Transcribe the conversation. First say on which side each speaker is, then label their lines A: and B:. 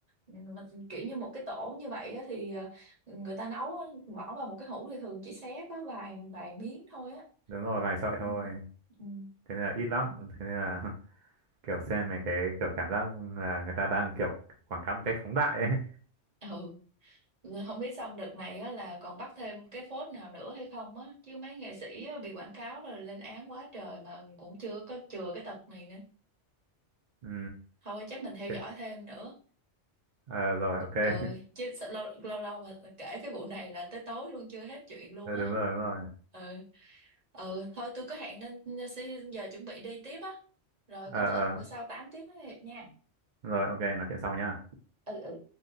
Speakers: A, on the right; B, on the right.
A: Ừ, mà kiểu như một cái tổ như vậy á, thì ờ, người ta nấu á, bỏ vào một cái hũ thì thường chỉ xé có vài vài miếng thôi á
B: đúng rồi vài sợi
A: ừ
B: thôi
A: ừ
B: thế nên là ít lắm thế nên là <laughs> kiểu xem mấy cái kiểu cảm giác là người ta đang kiểu quảng cáo một cách phóng đại ấy <laughs>
A: Ừ. Rồi không biết xong đợt này á, là còn bắt thêm cái phốt nào nữa hay không á chứ mấy nghệ sĩ á, bị quảng cáo rồi lên án quá trời mà cũng chưa có chừa cái tật này nữa
B: ừ
A: thôi chắc mình theo dõi
B: thế-
A: thêm nữa
B: ờ, rồi ok <laughs>
A: ừ chứ sao lâu lâu lâu mà kể cái vụ này là tới tối luôn chưa hết chuyện luôn
B: Ừ,
A: á
B: đúng rồi đúng rồi
A: ừ ừ thôi tôi có hẹn nên nên xin giờ chuẩn bị đi tiếp á rồi có
B: Ờ,
A: bữa
B: ờ,
A: bữa sau tám tiếp với Hiệp nha
B: rồi ok nói chuyện sau nhá
A: ừ ừ